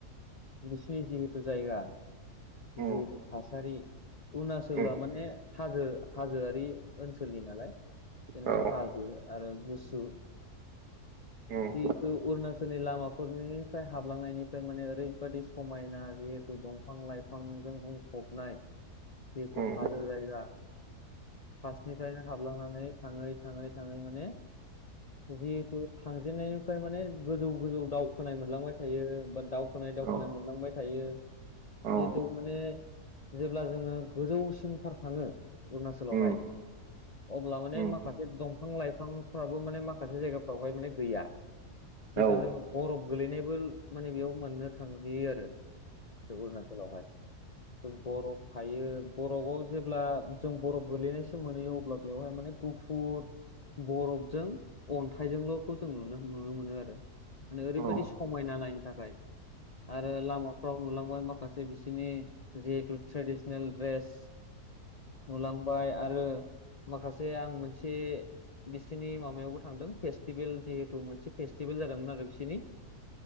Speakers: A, on the left; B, on the right.
A: बिसिनि जिहेथु जायगा
B: उम
A: जिहेतु थासारि अरुनाचलआ
B: उम
A: माने, हाजो हाजोआ <unintelligible> ओनसोलनि नालाय जेनेबा
B: औ
A: हाजो आरो गुसु
B: उम
A: किन्तु अरुणाचलनि लाामा <unintelligible> हाबलांनायनिफ्राय माने ओरैबादि समायना जिहेतु दं बिफां -लाइफांजों बुंफबनाय <unintelligible>
B: उम
A: हाजो जायगा फार्स्टनिफ्रायनो हाबलांनानै थाङै -थाङै <unintelligible> माने जिहेथु थांजेननाय <unintelligible> <unintelligible> माने गोजौ- गोजौ दावखोनाय मोनलांबाय थायो बा दावखोनाय- दावखोनाय
B: औ उम औ
A: मोनलांबाय थायो।
B: औ
A: जिहेथु माने जेब्ला जोङो गोजौसिनथार थाङो। अरुणाचलावहाय
B: उम उम औ उम
A: अब्ला माने
B: उम
A: माखासे दंफां- लाइफांफ्राबो माने माखासे जायगा बावहाय माने गैया
B: औ
A: जिथु
B: उम औ
A: जोङो बरफ गोलैनायबो माने बेयाव मोननो थांहैयो आरो। अरुणाचलावहाय बरफ थायो। बरफआव जेब्ला जों बरफ गोलैनायसिम मोनहैयो। अब्ला बेवहाय माने गुफुर बरफजों अन्थाइजोंल'खौ जों नुनो- नुनो मोनो आरो। माने ओरैबायदि
B: औ
A: समायना नायनो थाखाय। आरो लामाफ्राव नुलांबाय माखासे, बिसोरनि जिहेथु ट्रेडिसनेल ड्रेस नुलांबाय आरो माखासे आं मोनसे बिसिनि माबायावबो थांदों फेस्टिभेल, जिहेथु मोनसे फेस्टिभेल जादोंमोन आरो बिसिनि